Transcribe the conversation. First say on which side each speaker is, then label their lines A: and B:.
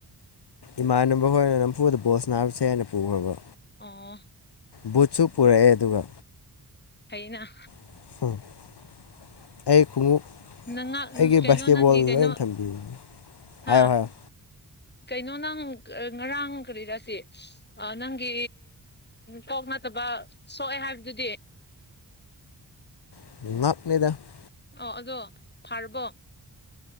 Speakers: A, on the left; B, on the left.
A: ꯏꯃꯥꯟꯅꯕ ꯍꯣꯏꯅ ꯅꯝꯐꯨꯗ ꯕꯣꯜ ꯁꯅꯧꯁꯦꯅ ꯅꯝꯐꯨꯗ ꯄꯨꯈ꯭ꯔꯕ
B: ꯑꯣ
A: ꯕꯨꯠꯁꯨ ꯄꯨꯔꯛꯑꯦ ꯑꯗꯨꯒ
B: ꯍꯩꯅ
A: <unintelligible> ꯑꯩ ꯈꯣꯡꯎꯞ
B: ꯅꯉꯥꯛ
A: ꯑꯩꯒꯤ
B: ꯀꯩꯅꯣ
A: ꯕꯥꯁꯀꯦꯠꯕꯣꯜ
B: ꯅꯪꯒꯤ ꯀꯩꯅꯣ
A: ꯂꯣꯏ ꯊꯝꯕꯤꯅꯤ
B: ꯍꯥ
A: ꯍꯥꯏꯌꯣ ꯍꯥꯏꯌꯣ
B: ꯀꯩꯅꯣ ꯅꯪ ꯉꯔꯥꯡ ꯀꯔꯤꯔꯁꯤ ꯅꯪꯒꯤ ꯀꯣꯛ ꯅꯠꯇꯕ ꯁꯣꯛꯑꯦ ꯍꯥꯏꯕꯗꯨꯗꯤ
A: <unintelligible>
B: ꯑꯣ ꯑꯗꯣ ꯐꯥꯔꯕꯣ